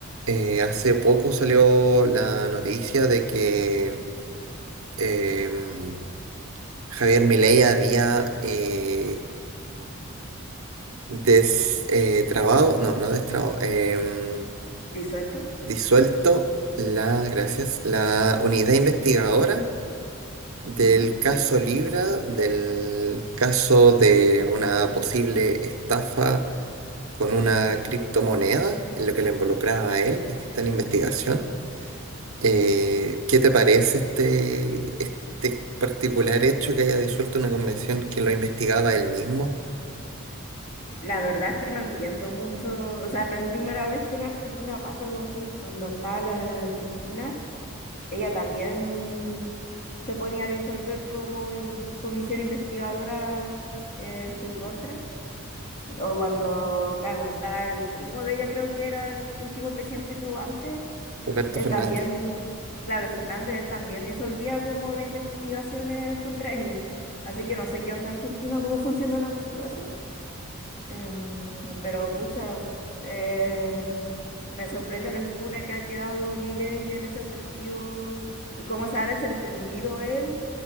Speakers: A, on the right; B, on the left.
A: Eh, hace poco salió la noticia de que em, Javier Milei había eh, des- eh, trabado, no, no destrabado, em,
B: disuelto.
A: disuelto la, gracias, la unidad investigadora del
B: Ujú.
A: caso Libra, del caso de una posible estafa con una criptomoneda, en lo que le involucraba a él y que está en investigación. Eh, ¿qué te parece este, este particular hecho que haya disuelto una convención que lo investigaba él mismo,
B: La verdad que no entiendo mucho, o sea, no es primera vez que en Argentina pasa algo así. Cuando estaba la Cristina, ella también se ponía a disolver como comisión investigadora eh, en su contra. O cuando, claro, cuando estaba el primo de ella, creo que era el último presidente que hubo antes,
A: Alberto
B: él
A: Fernández?
B: también, claro, el Fernández, él también disolvía como las investigaciones contra ella. Así que no sé qué onda en Argentina, cómo funcionará mucho eso. Em, pero pucha, eh, me sorprende lo impune que ha quedado Milei en ese sentido y cómo se ha desentendido él